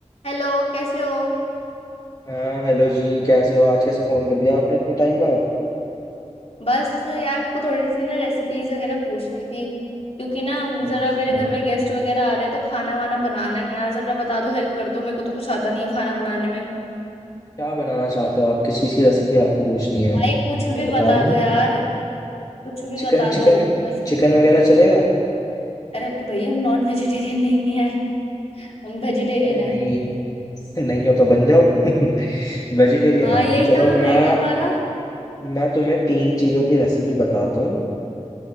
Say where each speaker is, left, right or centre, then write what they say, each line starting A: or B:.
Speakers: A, on the left; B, on the left.
A: Hello कैसे हो
B: हाँ हेलो जी कैसे हो आज कैसे फोन कर दिया आपने इतने टाइम बाद
A: बस यार मेरे को थोड़ी सी ना रेसिपीज वगैरह पूछनी थी क्योंकि ना
B: अच्छा
A: जरा मेरे घर में गेस्ट वगैरह आ रहे हैं तो खाना वाना बनाना है यार जरा बता दो हेल्प कर दो मेरे को तो कुछ आता नहीं है खाना बनाने में
B: क्या बनाना चाहते हो आप किस चीज़ की रेसिपी आपको पूछनी है
A: भाई
B: मैं
A: कुछ भी
B: बता
A: बता
B: दूं
A: दो यार कुछ भी
B: चिकन
A: बता दो
B: चिकन
A: मैं
B: चिकन वगैरह चलेगा
A: अरे भाई हम नॉन वेजिटेरियन नहीं है हम वेजिटेरियन
B: अरे
A: है
B: नहीं <laughs> नहीं हो तो बन जाओ <laughs> वेजिटेरियन
A: हाँ
B: है
A: यही
B: तो
A: काम
B: चलो
A: रह
B: मैं
A: गया हमारा
B: मैं तुम्हें तीन चीज़ों की रेसिपी बताता हूँ